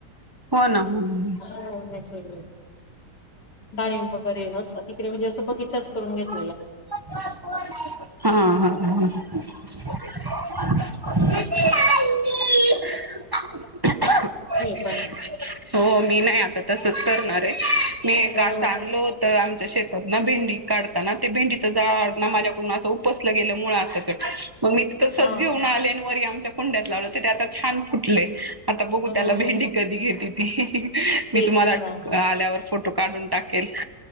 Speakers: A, on the right; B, on the left.
A: हो ना हम्म
B: हो नचुराल्ली आहे डाळींब वगैरे असं म्हणजे असं बगीचा करून घेत
A: हा हा ह <inaudible>
B: खरयं
A: हो मी नाही आता त तेच करणार आहे. मी
B: हो
A: का आणलो होत आमच्या शेत- ना भेंडी काढताना ते भेंडीच जाड. माझ्याकडून असं उपसलं गेलं मुळासकट. मग मी तिथं सज
B: हा
A: घेऊन आले आणि वरी आमच्या कुंड्यात लावलं तर ते आ छान फुटलय आता बघू
B: हो
A: त्याला <inaudible> भेंडी -कधी घेतील ते <inaudible> मी
B: तेच
A: <inaudible> तुम्हाला
B: ना
A: आल्यावर फोटो काढून टाकेल <inaudible>